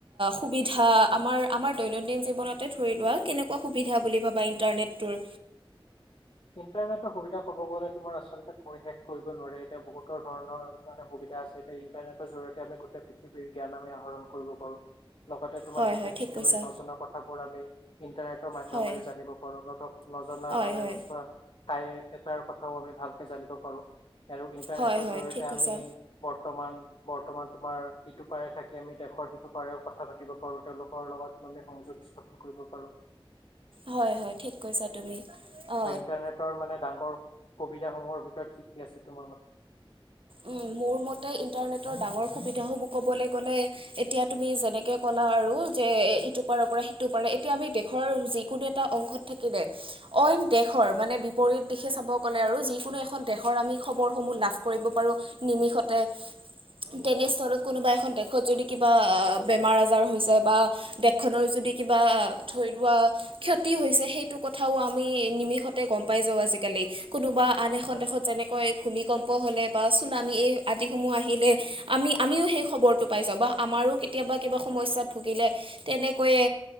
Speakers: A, on the right; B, on the left.
A: সুবিধা আমাৰ আমাৰ দৈনন্দিন জীৱনতে ধৰি লোৱা কেনেকুৱা সুবিধা বুলি বা ইন্টাৰনেটটোৰ
B: <inaudible> ইণ্টাৰনেটৰ সুবিধা কব গলে তোমাৰ আচলতে কৈ শেষ কৰিব নোৱাৰে এতিয়া বহুতৰ ধৰণৰ সুবিধা আছে এতিয়া ইন্টাৰনেটৰ জৰিয়তে আমি গোটেই পৃথিৱীৰ জ্ঞান আমি আহৰণ কৰিব পাৰো লগতে তোমাৰ
A: হয়
B: গোটেই
A: হয়
B: পৃথিৱীৰ
A: ঠিক কৈছা
B: নজনা কথাবোৰ আমি ইণ্টাৰনেটৰ মাধ্যমেৰে
A: হয়
B: জানিব পাৰো ন নজনা
A: হয়
B: মানে
A: হয়
B: নোচোৱা ঠাই এটাৰ কথাও আমি ভালকে জানিব পাৰো আৰু ইণ্টাৰনেটৰ
A: হয় হয়
B: জৰিয়তে
A: ঠিক কৈছা
B: আমি বৰ্তমান বৰ্তমান তোমাৰ ইটো পাৰে থাকি আমি দেশৰ সিটো পাৰেও কথা পাতিব পাৰো তেওঁলোকৰ লগত আমি সংযোগ <unintelligible> স্থাপন কৰিব পাৰো
A: হয় হয় ঠিক কৈছা তুমি অ
B: ইন্টাৰনেটৰ মানে ডাঙৰ সুবিধাসমূহৰ ভিতৰত কি কি আছে তোমাৰ মতে
A: উম, মোৰ মতে ইণ্টাৰনেটৰ ডাঙৰ সুবিধাসূহ ক'বলৈ গ'লে এতিয়া তুমি যেনেকৈ ক'লা আৰু যে ইটো পাৰ পৰা সিটো পাৰে এতিয়া আমি দেশৰ যিকোনো এটা অংশত থাকিলে অইন দেশ <unintelligible> দেশৰ মানে বিপৰীত দিশে চাব গ'লে আৰু যিকোনো এখন দেশৰ খবৰ সমূহ লাভ কৰিব পাৰো নিমিষতে তেনেস্থলত কোনোবা এখন দেশত যদি কিবা বেমাৰ আজাৰ হৈছে বা দেশখনৰ যদি কিবা ধৰি লোৱা ক্ষতি হৈছে সেইটো কথাও আমি নিমিষতে গম পাই যাও আজিকালি আজিকালি কোনোবা আন এখন
B: হয়
A: দেশত যেনেকৈ ভূমিকম্প হলে বা চুনামী এই আদিসমূহ আহিলে আমি আমিও সেই খবৰটো পাই যাওঁ বা আমাৰো কেতিয়াবা কিবা <unintelligible> সমস্যাত ভুগিলে তেনেকৈয়ে